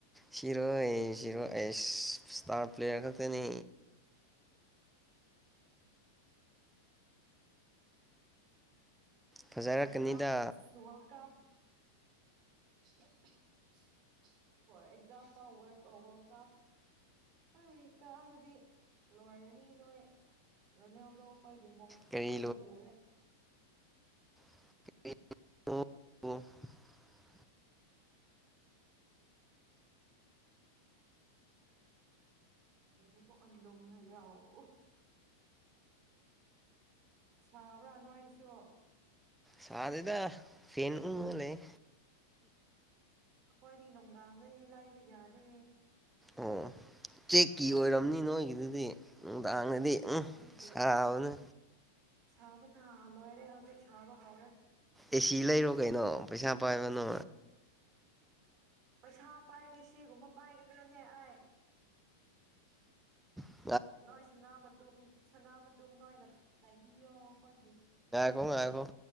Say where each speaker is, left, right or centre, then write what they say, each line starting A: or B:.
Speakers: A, in the centre; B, on the right.
A: ꯁꯤꯔꯣꯏꯔꯣ ꯏꯁꯇꯔ ꯄ꯭ꯂꯦꯌꯔ ꯈꯅꯤ ꯐꯖꯔꯛꯀꯅꯤꯗ
B: ꯀꯞ ꯋꯥꯔ ꯀꯞ <unintelligible> <unintelligible> ꯑꯦꯛꯖꯥꯝꯄꯜ ꯋꯥꯔꯜ ꯀꯞ ꯑꯩ ꯀꯥꯔꯗꯤ ꯂꯣꯏꯔꯅꯤ ꯅꯣꯏ ꯔꯥꯅꯦꯜꯗꯣ ꯑꯩꯈꯣꯏꯒꯤ ꯃꯣꯡꯗ
A: ꯀꯔꯤ
B: ꯎꯔꯦ
A: <unintelligible> ꯑꯗꯨꯒꯣ
B: ꯒꯤ ꯀꯟꯂꯣ ꯍꯥꯏꯒ ꯑꯣ ꯁꯥꯕ꯭ꯔꯥ ꯅꯣꯏꯗꯁꯨ
A: ꯁꯥꯗꯦꯗ ꯐꯦꯟ ꯎ ꯂꯩ
B: ꯑꯩꯈꯣꯏꯗꯤ ꯅꯨꯡꯗꯥꯡꯗꯗꯤ ꯂꯥꯏꯕ ꯌꯥꯗꯦ
A: ꯑꯣ ꯆꯦꯛꯀꯤ ꯑꯣꯏꯔꯝꯅꯤ ꯅꯣꯏꯒꯤꯗꯨꯗꯤ ꯗꯥꯉꯗꯤ
B: ꯎꯝ ꯑꯗꯨꯒꯤ
A: ꯁꯎꯅ
B: ꯁꯥꯕꯅ ꯂꯣꯏꯔꯦ ꯍꯧꯖꯤꯛ ꯁꯥꯕ ꯍꯧꯔꯦ
A: ꯑꯦꯁꯤ ꯂꯩꯔꯣ ꯀꯩꯅꯣ ꯄꯩꯁꯥ ꯄꯥꯏꯕꯅꯣ
B: ꯄꯩꯁꯥ ꯄꯥꯏꯗꯤ ꯁꯤꯒꯨꯝꯕ ꯄꯥꯏꯒꯗ꯭ꯔꯥꯅꯦ ꯑꯩ
A: ꯎ
B: ꯅꯣꯏꯣꯏꯁꯅꯥ ꯃ ꯁꯅꯥ ꯃꯇꯨꯝꯅ ꯑꯣꯏꯅ ꯂꯩꯕꯤꯌꯣ ꯑꯩꯈꯣꯏꯒꯤ
A: ꯀꯣꯡ ꯍꯥꯏꯒ